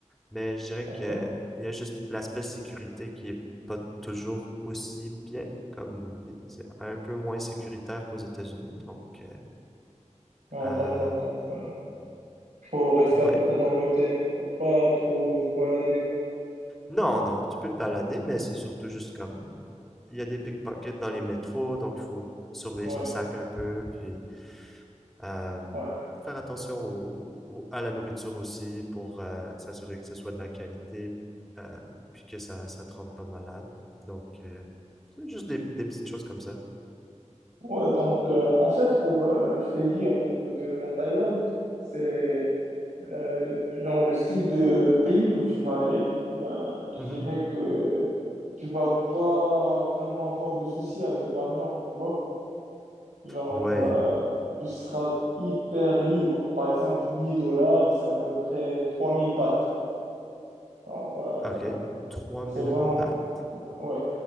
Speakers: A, in the centre; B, on the right.
A: Mais je dirais
B: d'accord.
A: que il y a juste l'aspect sécurité qui est pas toujours aussi bien, comme c'est un peu moins sécuritaire qu'aux États-Unis. Donc, euh,
B: Ah,
A: euh,
B: d'accord, donc euh, faut rester
A: ouais.
B: à peu près dans l'hôtel, faut pas trop se balader.
A: Non, non, tu peux te balader, mais c'est surtout juste comme il y a des pickpockets dans les métros, donc il faut surveiller
B: Ouais,
A: son sac un peu, puis euh,
B: ouais.
A: faire attention au, au- à la nourriture aussi pour euh, s'assurer que ce soit de la qualité, euh, puis que ça, ça te rende pas malade. Donc, euh, c'est juste des, des petites choses comme ça.
B: Ouais, donc euh, en fait, pour, euh, je t'ai dit à propos de la Thaïlande, c'est Euh, genre, le style de pays où tu vas aller, ben, je
A: Mhm.
B: dirais que tu vas pas vraiment avoir de soucis avec l'argent, tu vois. Genre,
A: Ouais,
B: euh, tu seras hyper libre. Par exemple, 10 dollars, c'est à peu près 3000 bahts. Genre, euh,
A: OK. trois mille
B: c'est vraiment,
A: bahts.
B: ouais.